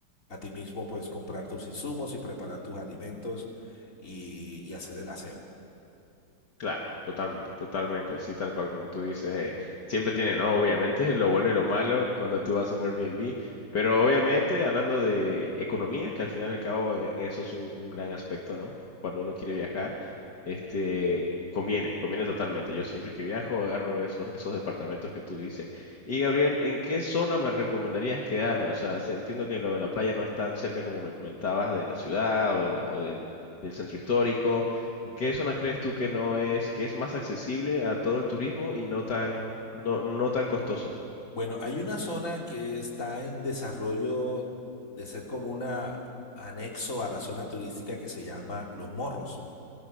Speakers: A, on the left; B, on the left.
A: a ti mismo pues comprar tus insumos y preparar tus alimentos y, y hacer el aseo.
B: Claro, totalmente, totalmente, así tal cual como tú dices, eh, siempre tiene, ¿no? Obviamente, lo bueno y lo malo cuando tú vas a un Airbnb, pero obviamente hablando de economía, que al final y al cabo eh, eso es un, un gran aspecto, ¿no? Cuando uno quiere viajar, este, conviene, conviene totalmente. Yo siempre que viajo agarro esos, esos departamentos que tú dices. Y Gabriel, ¿en qué zona me recomendarías quedarme? O sea, se- entiendo que lo de la playa no es tan cerca como me comentabas de la ciudad o de la, o del, del centro histórico.
A: Ujú.
B: ¿Qué zonas crees tú que no es, que es más accesible a todo el turismo y no tan, no, no tan costoso?
A: Bueno, hay una zona que está en desarrollo de ser como una anexo a la zona turística que se llama Los Morros.